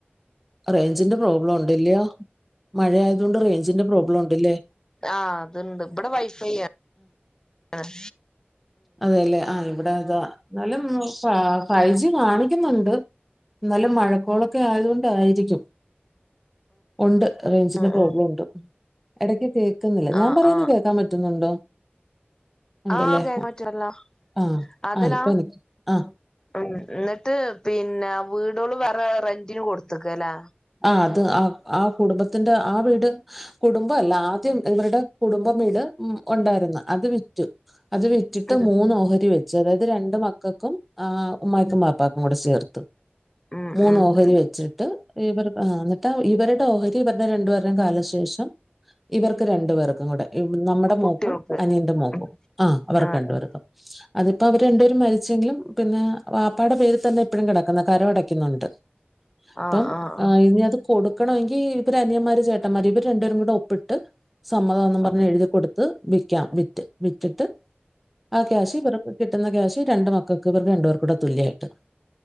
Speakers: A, in the centre; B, on the left (about 15°).
A: റേഞ്ചിന്റെ പ്രോബ്ലം ഒണ്ട്ല്ല്യോ മഴ ആയത്കൊണ്ട് റേഞ്ചിന്റെ പ്രോബ്ലം ഒണ്ടില്ലേ
B: ആഹ് അത്ണ്ട് ഇവിടെ വൈഫൈയാ ആഹ്
A: അതെയല്ലേ ആഹ് ഇവിടെതാ അന്നാലും ഫാ ഫൈജി കാണിക്കുന്നൊണ്ട് നല്ലെ മഴക്കോളക്കെ ആയത് കൊണ്ടായി രിക്കും ഒണ്ട് റേയ്ഞ്ചിന്റെ
B: ഉം
A: പ്രോബ്ലം
B: ഉം
A: ഒണ്ട് എടക്ക് കേക്ക്ന്നില്ല ഞാൻ
B: ആ
A: പറയുന്ന
B: ആ
A: കേക്കാൻ പറ്റുന്നുണ്ടോ ഉണ്ടല്ലേ
B: ആഹ് കേക്കാൻ പറ്റുവല്ലോ
A: ആ
B: അതെലാ
A: ആ ഇപ്പൊ എനിക്ക് ആ
B: ഉം എന്നിട്ട് പിന്നെ വീടുകള് വേറെ റെന്റിന് കൊടുത്ത്ക്കാല്ലേ
A: ആഹ് അത് ആഹ് ആ കുടുംബത്തിന്റെ ആ വീട് കുടുമ്പം അല്ല ആദ്യം ഇവര്ടെ കുടുമ്പം വീട് ഉം ഒണ്ടാരുന്ന് അത് വിറ്റു അത് വിറ്റ് റ്റിട്ട്
B: ഉം
A: മൂന്ന് ഓഹരി വെച്ച് അതായത് രണ്ട് മക്കക്കും ആഹ് ഉമ്മായ്ക്കും
B: ഉം
A: വാപ്പ പ്പാക്കും കൂടെ ചേർത്ത്
B: ഉം
A: മൂന്ന്
B: ഉം
A: ഓഹരി
B: ഉം
A: വെച്ചിട്ട് ഇവർക് ആഹ് എന്നിട്ട് ഇവര്ടെ ഓഹരി ഇവര്ടെ രണ്ട് പേർടേം കാലശേഷം ഇവർക്ക് രണ്ട് പേർക്കും കൂടെ നമ്മുടെ
B: കുട്ടികൾക്ക്
A: മോക്കും അനിയന്റെ മോക്കും
B: ഉം
A: ആ അവർക്ക്‌
B: ആ
A: രണ്ട്പേർക്കും. അതിപ്പോ അവര് രണ്ടുപേര് മരിച്ചെങ്കിലും പിന്നെ വാപ്പാടെ പേര് തന്നെ ഇപ്പഴും കെടക്കുന്ന കര അടക്കുന്നുണ്ട്.
B: ആ
A: പ്പം
B: ആ
A: ഇനി അത് കൊടുക്കണോങ്കി ഇവര് അനിയമ്മാര് ചേട്ടമ്മാര് ഇവര് രണ്ടുപേരുകുട ഒപ്പിട്ട്. സമ്മതാന്നും
B: ആ
A: പറഞ്ഞ് എഴുതി കൊടുത്ത് വിക്കാം വിറ്റ് വിറ്റിട്ട്. ആ ക്യാഷ് ഇവർക്ക്‌ കിട്ടുന്ന ക്യാഷ് രണ്ട് മക്കൾക്ക് ഇവർക്ക് രണ്ടെർക്കൂട തുല്യായിട്ട്.